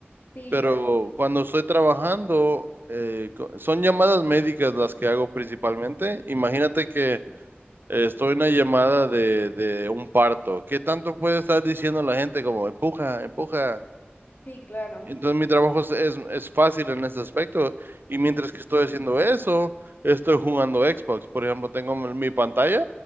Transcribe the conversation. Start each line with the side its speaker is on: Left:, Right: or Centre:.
Left: Sí,
Right: Pero
Left: ya.
Right: cuando estoy trabajando, eh, co- son llamadas médicas las que hago principalmente. Imagínate que eh, estoy en una llamada de, de un parto. ¿Qué tanto puede estar diciendo la gente como empuja, empuja?
Left: Sí, claro.
Right: Entonces mi trabajo es, es, es fácil en ese aspecto. Y mientras que estoy haciendo eso, estoy jugando Xbox. Por ejemplo, tengo mi mi pantalla